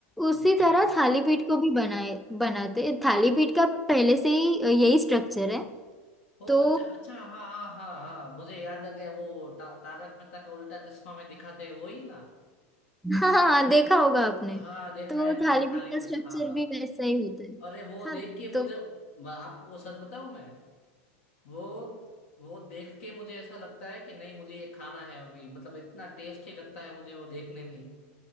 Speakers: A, in the centre; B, on the left.
A: उसी
B: okay
A: तरह थाली पीठ को भी बनाए बनाते थाली पीठ का पहले से ही अ, यही स्ट्रक्चर है
B: ओ
A: तो
B: अच्छा अच्छा हाँ हाँ हाँ हाँ मुझे याद आ गया वो ता, तारक मेहता का उल्टा चश्मा में दिखाते हैं वही ना
A: <laughs> हाँ हाँ, देखा होगा
B: हाँ
A: आपने
B: हाँ देखा
A: तो
B: है मैंने
A: थाली पीठ
B: थाली
A: का
B: पीठ
A: स्ट्रक्चर
B: हाँ हाँ
A: भी वैसा ही होता है
B: अरे वो
A: हाँ
B: देख के मुझे
A: तो
B: मैं आपको सच बताऊं मैं वो वो देख के मुझे ऐसा लगता है कि नहीं मुझे ये खाना है अभी मतलब इतना टेस्टी लगता है मुझे वो देखने में ही